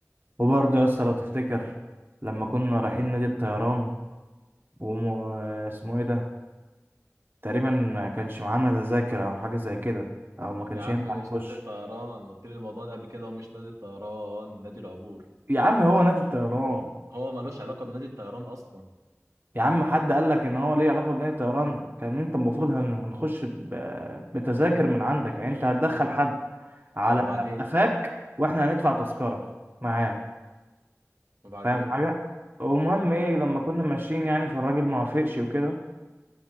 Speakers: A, on the right; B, on the right.
A: وبرضه يا اسطى لو تفتكر لما كنا رايحين نادي الطيران وم... آه، اسمه ايه ده تقريبا ما كانش معانا تذاكر او حاجه زي كده او ما كانش
B: يا عم
A: ينفع
B: مش
A: نخش
B: نادي الطيران قلت لي الموضوع ده قبل كده ومش نادي الطيران نادي العبور
A: يا عم هو نادي الطيران
B: هو ملوش علاقة بنادي الطيران اصلا
A: يا عم حد قال لك ان هو ليه علاقه بمدينه طيران كان انت المفروض هن- هنخش ب- بتذاكر من عندك يعني انت هتدخل حد على
B: ايوه وبعدين
A: قفاك واحنا هندفع تذكره معاه
B: وبعدين
A: فاهم حاجه ومهم ايه لما كنا ماشيين يعني فالراجل ما وافقش وكده